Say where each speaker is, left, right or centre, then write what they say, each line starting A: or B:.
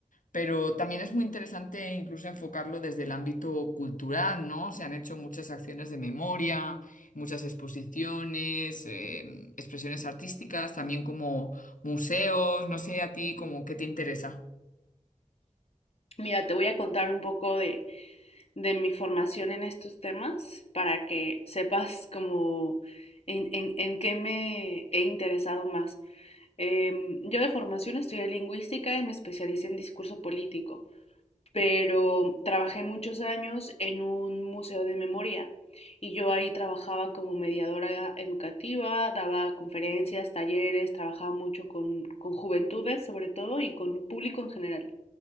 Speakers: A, on the left; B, on the left.
A: Pero también es muy interesante incluso enfocarlo desde el ámbito cultural, ¿no? Se han hecho muchas acciones de memoria, muchas exposiciones, eh, expresiones artísticas, también como museos, no sé a ti como qué te interesa.
B: Mira, te voy a contar un poco de de mi formación en estos temas para que sepas como en, en, en qué me he interesado más. Eh, yo de formación estudié lingüística y me especialicé en discurso político, pero trabajé muchos años en un museo de memoria y yo ahí trabajaba como mediadora educativa, daba conferencias, talleres, trabajaba mucho con, con juventudes sobre todo y con público en general.